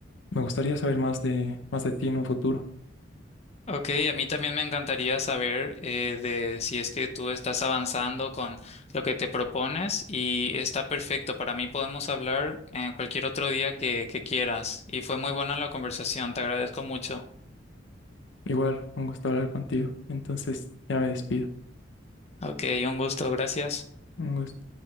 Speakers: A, on the left; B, on the left.
A: me gustaría saber más de, más de ti en un futuro.
B: Ok, a mí también me encantaría saber eh, de si es que tú estás avanzando con lo que te propones y está perfecto. Para mí podemos hablar en cualquier otro día que, que quieras. Y fue muy buena la conversación, te agradezco mucho.
A: Igual, un gusto hablar contigo. Entonces, ya me despido.
B: Ok, un gusto, gracias.
A: Un gusto.